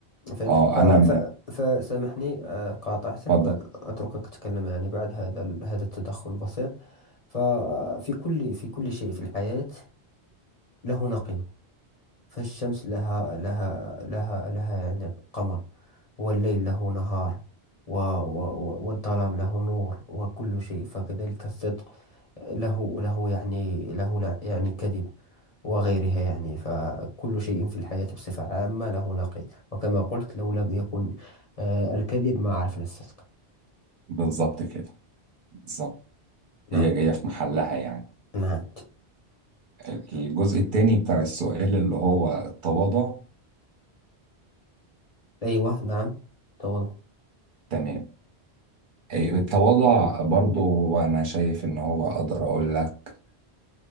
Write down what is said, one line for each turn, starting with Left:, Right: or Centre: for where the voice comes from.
Left: فهم
Right: اه
Left: ف... ف...
Right: انا م-
Left: فسامحني آه، قاطعتك
Right: اتفضل
Left: آه، أتركك تتكلم يعني بعد هذا ال- هذا التدخل البسيط ففي كل في كل شيء في الحياة له نقيض فالشمس لها لها لها لها يعني قمر والليل له نهار و... و... و- والظلام له نور وكل شيء فكذلك الصدق له له يعني له لا- يعني كذب وغيرها يعني فكل شيء في الحياة بصفة عامة له نقيض وكما قلت لو لم يكن آه، الكذب ما عرفنا الصدق
Right: بالظبط كده بالظبط
Left: نعم
Right: هي جاية في محلها يعني
Left: نعم
Right: الجزء التاني بتاع السؤال اللي هو التواضع
Left: أيوة نعم توضح
Right: تمام إيه، التواضع برضو أنا شايف إن هو أقدر أقول لك